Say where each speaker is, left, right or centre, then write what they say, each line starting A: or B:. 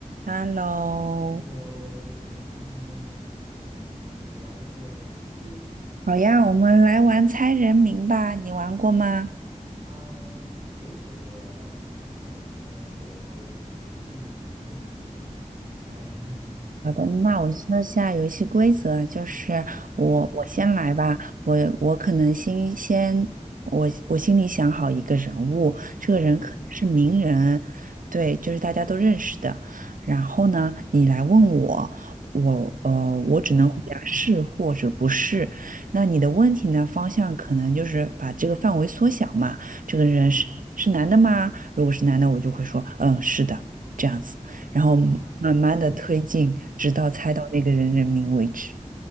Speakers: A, on the right (about 85°); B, on the right (about 60°).
A: Hello，
B: Hello，我们今天嗯，要不玩一个游戏？
A: 好呀，我们来玩猜人名吧，你玩过吗？
B: 嗯，可以，我倒是没太玩过，但是我可以尽力尽力去猜。<laughs>
A: 好的，那我说下游戏规则啊，
B: 对，
A: 就是我我先来吧，
B: 嗯，
A: 我我可能先先我我心里想好一个人物，这个人可能是名人，
B: 嗯，
A: 对，就是大家都认识的。然后呢，你来问我，我呃我只能回答是或者不是。
B: 哦，
A: 那你的问题呢，方向可能就是把这个范围缩小嘛，这个人是是男的吗？
B: 嗯，
A: 如果是男的，我就会说嗯是的，这样子。然后慢慢的推进，
B: 哦，这样，
A: 直到猜到那个人人名为止。
B: 嗯，